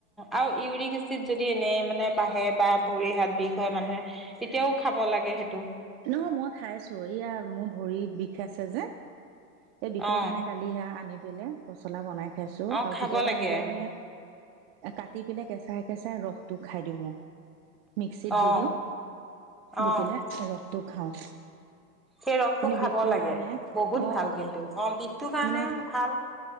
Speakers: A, in the centre; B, on the right (about 40°).
A: আও, ইউৰিক এচিড যদি এনেই মানে বাঢ়ে বা ভৰি হাত বিষ হয়, মানুহে তেতিয়াও খাব লাগে সেইটো।
B: নহয় মই খাইছো, এইয়া মোৰ ভৰি বিষ আছে যে এই বিষৰ
A: অ
B: কাৰণে কালি সেইয়া আনি দিলে, পচলা বনাই খাইছোঁ,
A: অ
B: আৰু
A: খাব
B: কেতিয়াবা
A: লাগে
B: এনেকে মানে কাটি পেলাই কেঁচাই কেঁচাই ৰসটো খাই দিওঁ মই। মিক্সিত
A: অ
B: দি দিওঁ, দি
A: অ
B: পেলাই ৰস টো খাওঁ।
A: সেই ৰসটো খাব
B: বিষটোৰ
A: লাগে,
B: কাৰণে
A: বহুত
B: অ
A: ভাল কিন্তু। অ, বিষটোৰ কাৰণে
B: মানে
A: ভাল